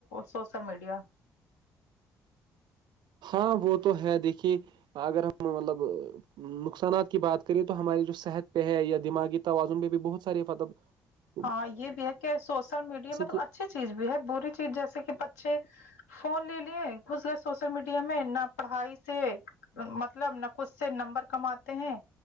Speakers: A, on the left; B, on the right.
A: سوسل میڈیا
B: ہاں وہ تو ہے دیکھیے اگر ہم مطلب نقصانات کی بات کریے تو ہماری جو صحت پہ ہے یا دماغی توازن پہ بھی بہت ساراریتب <inaudible>
A: ہاں یہ بھی ہے کہ سوشل میڈیا مطلب
B: کہ
A: اچھی چیز بھی ہے بری چیز جیسے کہ بچے فون لے لیے گھس گئے سوشل میڈیا میں نہ پڑھائی سے مطلب نقود سے نمبر کماتے ہیں